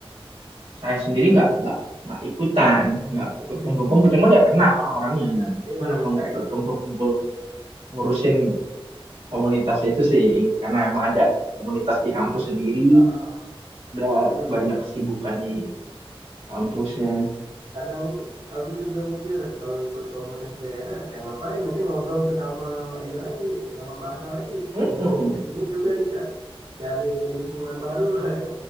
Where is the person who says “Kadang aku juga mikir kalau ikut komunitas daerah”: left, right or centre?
Right